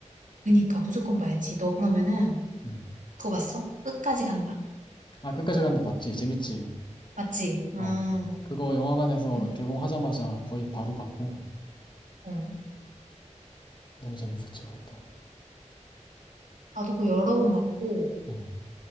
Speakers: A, on the right; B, on the left.
A: 그니까, 무조건 봐야지. 너 그러면은
B: 음.
A: 그거 봤어? 끝까지 간다.
B: 아, 끝까지 간다 봤지? 재밌지?
A: 맞지? 응.
B: 어. 그거 영화관에서
A: 응.
B: 개봉하자마자 거의 바로 봤고,
A: 어.
B: 너무 재밌었지, 그것도.
A: 나도 그거 여러 번 봤고,
B: 음.